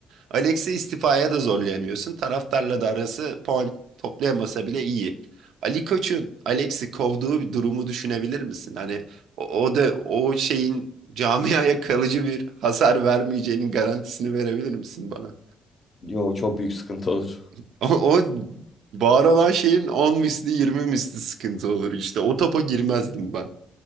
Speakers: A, on the right; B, on the left.
A: Alex'i istifaya da zorlayamıyorsun. Taraftarla da arası puan toplayamasa bile iyi. Ali Koç'un Alex'i kovduğu bir durumu düşünebilir misin? Hani o, o da o şeyin camiaya kalıcı bir hasar vermeyeceğinin garantisini verebilir misin bana?
B: Yo çok büyük sıkıntı olur.
A: <laughs> O, o var olan şeyin 10 misli 20 misli sıkıntı olur. İşte o topa girmezdim ben